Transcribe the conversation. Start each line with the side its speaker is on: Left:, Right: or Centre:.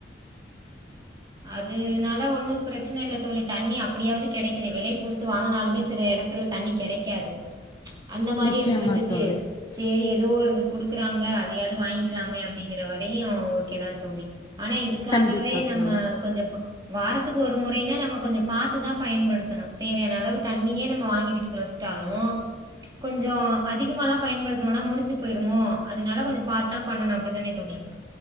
Right: அது னால ஒன்னும் பிரச்சன இல்ல தோழி தண்ணி அப்படியாவது கிடைக்குதே வெலை குடுத்து வாங்குனாலுமே சில இடத்துல தண்ணி கெடைக்காது அந்த மாரி
Left: நிச்சயமா
Right: இருக்குறதுக்கு
Left: தோழி
Right: சேரி ஏதோ ஒருது குடுக்குறாங்க அதையாவது வாங்க்கலாமே அப்டிங்கற வரையு ஒர் கெதா தோழி ஆனா இதுக்காகவே
Left: கண்டிப்பா
Right: நம்ம
Left: தோழி
Right: கொஞ்சப் வாரத்துக்கு ஒரு முறைன்னா நம்ம கொஞ்சொ பாத்துதா பயன்படுத்தணு தேவையான அளவு தண்ணியே நம்ம வாங்கி வீட்டுக்கு வச்ட்டாலு கொஞ்ஜொ அதிகமாலா பயன்படுத்துணோனா முடிஞ்சுட் பொயிருமோ அதுனால கொஞ்சம் பாத்து தான் பண்ணணு அப்டிதானே <unintelligible>